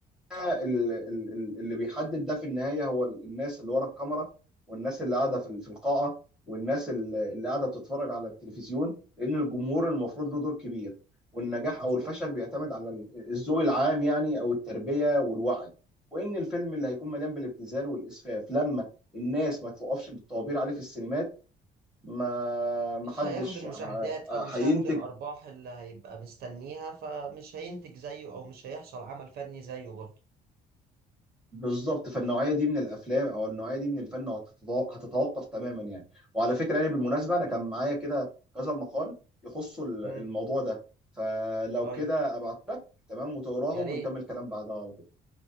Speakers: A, on the right (about 65°); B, in the centre.
A: صح
B: ال- ال- ال- اللي بيحدد ده في النهاية هو ال- الناس اللي ورا الكاميرا والناس اللي قاعدة في ال- في القاعة والناس اللي اللي قاعدة بتتفرج على التلفزيون لان الجمهور المفروض له دور كبير والنجاح
A: مظبوط
B: او الفشل بيعتمد على ال- الذوق العام يعني او التربية والوعي وان الفيلم اللي هيكون مليان بالابتذال والاسفاف لما الناس ما توقفش بالطوابير عليه في السينمات ما ما
A: مش
B: حدش
A: هياخد المشاهدات
B: ه-
A: او مش
B: هينتج
A: هياخد الارباح اللي هيبقى مستنيها فمش هينتج زيه او مش هيحصل عمل فني زيه برضه
B: بالظبط في النوعيه دي من الافلام او النوعيه دي من الفن هتتو- هتتوقف تماما يعني وعلى فكره يعني بالمناسبه انا كان معايا كده كذا مقال يخصوا ال-
A: مم.
B: الموضوع ده فلو
A: طيب
B: كده ابعت لك تمام وتقراهم
A: يا ريت
B: ونكمل كلام بعدها على طول